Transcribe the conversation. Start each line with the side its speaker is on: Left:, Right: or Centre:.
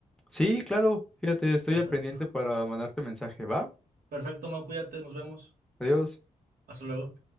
Centre: Sí, claro, fíjate, estoy
Right: Perfecto.
Centre: al pendiente para mandarte mensaje, ¿va?
Right: Perfecto, Mau, cuídate, nos vemos.
Centre: Adiós.
Right: Hasta luego.